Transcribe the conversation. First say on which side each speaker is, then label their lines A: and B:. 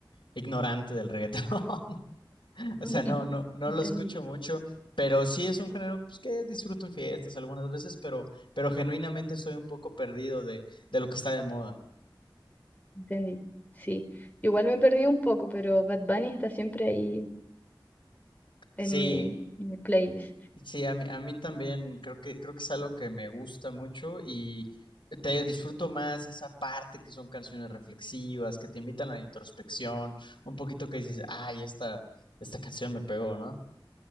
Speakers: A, on the left; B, on the left.
A: ignorante del reggaetón. <laughs> O
B: Ujú.
A: sea, no, no, no
B: Entendí,
A: lo escucho mucho, pero sí es un género pues, que disfruto en fiestas algunas veces, pero, pero genuinamente estoy un poco perdido de, de lo que está de moda.
B: entendí. Sí, igual me perdí un poco, pero Bad Bunny está siempre ahí
A: Sí,
B: en mi, en mi playlist.
A: sí, a mí, a mí también creo que, creo que es algo que me gusta mucho y te digo, disfruto más esa parte que son canciones reflexivas, que te invitan a la introspección, un poquito que dices, ay, esta, esta canción me pegó, ¿no?